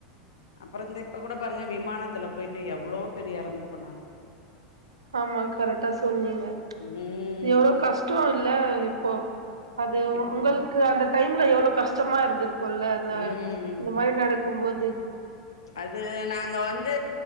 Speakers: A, on the left; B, on the right.
A: அப்பறம் இந்த இப்ப கூட பாருங்க விமானத்துல போயிட்டு எவ்ளவோ பேரு எறந்து போனாங்க
B: ஆமா கரெக்டா சொன்னீங்க
A: ம்
B: எவ்ள கஷ்டம் இல்ல இப்போ அது
A: இப்போ
B: உங்களுக்கு அந்த டைம்ல எவ்ள கஷ்டமா இருந்திருக்கும்ல்ல இந்த
A: ம்
B: இந்த மாரி நடக்கு கும்போது
A: அது நாங்க வந்து